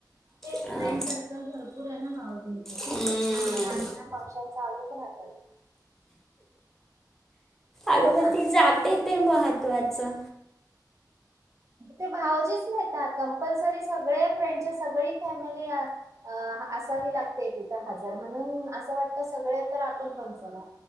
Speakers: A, on the right (about 45°); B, in the centre.
A: ते
B: अं,
A: फ्रेंड सर्कल भरपूर आहे ना. भाऊजी त्याच्यामुळे
B: हम्म.
A: का ना फंक्शन चालूच. राहतात.
B: अग
A: हो
B: मग
A: ना
B: ती जाते ते महन. महत्वाचं.
A: ते भावजिच नेतात. कंपल्सरी सगळे फ्रेंड सगळी फॅमिली अ. आ असता असावी लागते. तिथं हजार म्हणून असं वाटत सगळे तर आपण पण चला.